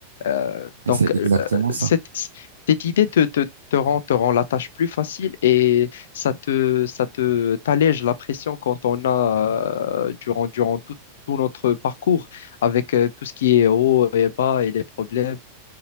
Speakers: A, on the left; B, on the right.
A: Euh,
B: Mais
A: donc,
B: c'est exactement
A: euh,
B: ça.
A: cette, cette idée te, te, te rend, te rend la tâche plus facile et ça te, ça te, t'allège la pression quand on a, euh, durant, durant tout, tout notre parcours, avec euh, tout ce qui est haut et bas et les problèmes.